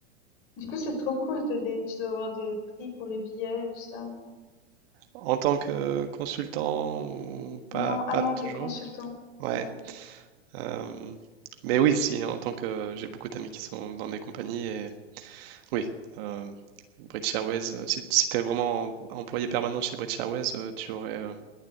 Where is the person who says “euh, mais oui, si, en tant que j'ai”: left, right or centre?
Right